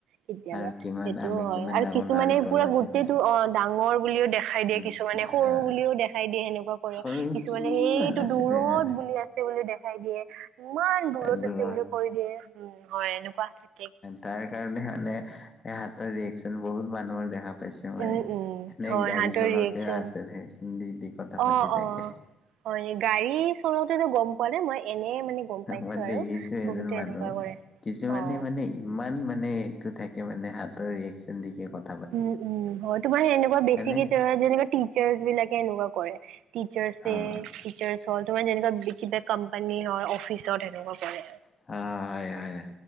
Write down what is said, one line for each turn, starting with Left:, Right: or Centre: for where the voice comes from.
Right: কেতিয়াবা
Left: আৰু কিমান
Right: সেইটোও
Left: আমি
Right: হয়
Left: কিমান
Right: আৰু
Left: ডাঙৰ
Right: কিছুমানে
Left: নাৰিকল
Right: পুৰা
Left: আছিলে
Right: গোটেইটো, অ' ডাঙৰ বুলিও দেখাই দিয়ে
Left: আচ্ছা
Right: কিছু কিছুমানে সৰু বুলিও দেখাই দিয়ে সেনেকুৱা কৰে,
Left: সৰুকিনিমান
Right: কিছুমানে সেইটো
Left: আছিলে
Right: দূৰত
Left: হয়
Right: বুলি আছে বুলি দেখাই দিয়ে, ইমান দূৰত
Left: দূৰৰ।
Right: আছে বুলি কৈ দিয়ে, উম, হয় এনেকুৱা থে
Left: তাৰ কাৰণে মানে হাতৰ ৰিয়েকচন বহুত মানুহৰ দেখা পাইছে মই,
Right: উম উম
Left: মানে
Right: হয়
Left: গাড়ী
Right: হাতৰ
Left: চলাওঁতে
Right: ৰিয়েকচন
Left: হাতৰ একচন দি দি কথা পাতি
Right: অ',
Left: থাকে।
Right: অ' হয় গাড়ী চলাতেটো গম পোৱা নে মই এনে মানে গম পাইছো
Left: মই
Right: আৰু
Left: দেখিছো এজন
Right: বহুতে
Left: মানুহ
Right: এনেকুৱা কৰে,
Left: কিছুমানে
Right: অ'।
Left: মানে ইমান মানে সেইটো থাকে মানে হাতৰ ৰিয়েকচন দেখি কয়।
Right: উম উম, হয় তোমাৰ এনেকুৱা বেছিকে
Left: এনে
Right: তেৰা তেৰিকৈ <inaudible> তিসৰ্চাছ বিলাকে এনেকুৱা কৰে, তিসৰ্চেৰা
Left: অ',
Right: দেই,
Left: অ',
Right: টিচাৰ্ছ হ'ল তোমাৰ এনেকুৱা ভিকিদা কোম্পানী কোম্পানী হয়, অফিচত হেনেকুৱা কৰে।
Left: অ' হয়। হয়।